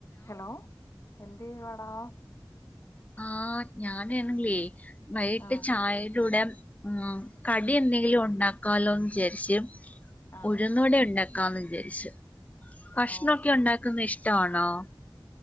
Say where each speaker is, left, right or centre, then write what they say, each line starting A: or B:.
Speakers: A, on the left; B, on the left.
A: hello എന്തീയ്യു വാടാ
B: ആഹ് ഞാനേൺല്ലേ വൈ ഇട്ട്
A: ആഹ്
B: ചായ് ടൂടെ ആഹ് കടി എന്തെങ്കിലുണ്ടാക്കാലോന്ന് ജാര്ച്ച്
A: ആണോ
B: ഉഴ്ന്ന് വടേണ്ടാ ക്കാന്ന് വിജാരിച്ച് ഭഷ്ണൊക്കെ
A: ഓ
B: ണ്ടാക്ക്ന്നേ ഇഷ്ട്ടാണോ